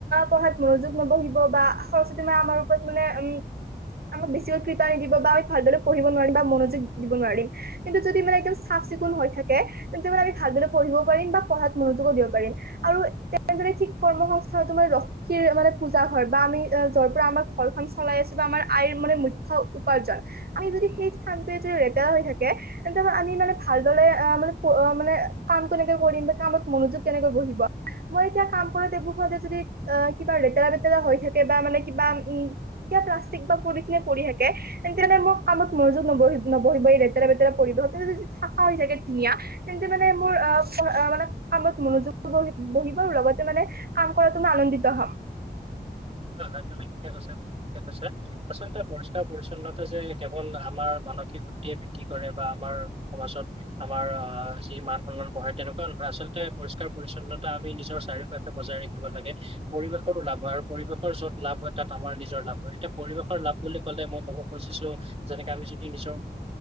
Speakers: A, on the right (about 60°); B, on the right (about 35°).
A: পঢ়াত মনোযোগ নবহিব বা সৰস্বতী মা আমাৰ। ওপৰত মানে উম আমাক বেছিকৈ কৃপা নিদিব। বা আমি ভালদৰে পঢ়িব নোৱাৰিম বা মনোযোগ দিব নোৱাৰিম। কিন্তু যদি মানে একদম চাফ চিকুণ হৈ থাকে তেন্তে মানে আমি ভালদৰে পঢ়িব পাৰিম বা পঢ়াত মনোযোগো দিব পাৰিম। আৰু তেনেদৰে ঠিক কৰ্ম সংস্থা টো মানে লক্ষ্মী পূজা হয় বা আমি যৰ পৰা আমাৰ। ঘৰখন চলাই আছো বা আমাৰ আইৰ মানে মূখ্য উপাৰ্জন। আমি যদি সেই স্থানটোৱে যদি লেতেৰা হৈ থাকে। আমি মানে ভালদৰে মানে মানে কাম কেনেকে কৰিম বা কামত মনোযোগ কেনেকে বহিব। বহিব মই এতিয়া কাম কৰা টেবুলখনতে যদি অ কিবা লেতেৰা বেতেৰা হৈ থাকে বা মানে কিবা উম। প্লাষ্টিক বা পলিথিন এ পৰি থাকে তেনেহ'লে মোৰ কামত মনোযোগ নবহিব। লেতেৰা -বেতেৰা পৰিব তেতিয়া যদি চাফা হৈ থাকে ধুনীয়া তেন্তে মানে মোৰ অ মানে কামত মনোযোগ। বহিব লগতে মানে কাম কৰাটো মই আনন্দিত হম।
B: <unintelligible> হয়, হয় তুমি ঠিকে কৈছা। আচলতে পৰিষ্কাৰ পৰি্ছন্নতা যে কেৱল আমাৰ। মানসিক শক্তিয়ে বৃদ্ধি কৰে বা আমাৰ সমাজত আমাৰ যি মান সন্মান বাঢ়ে তেনেকুৱা নহয়। আচলতে পৰিষ্কাৰ পৰিচ্ছন্নতা আমি নিজৰ চাৰিওঁ কাষে বজাই ৰাখিব লাগে পৰিৱেশৰো লাভ হয় আৰু। পৰিৱেশৰ য'ত লাভ হয় তাত আমাৰ নিজৰ লাভ হয়। এতিয়া পৰিৱেশৰ লাভ বুলি ক'লে মই ক'ব খুজিছো যেনেকে আমি। যদি নিজৰ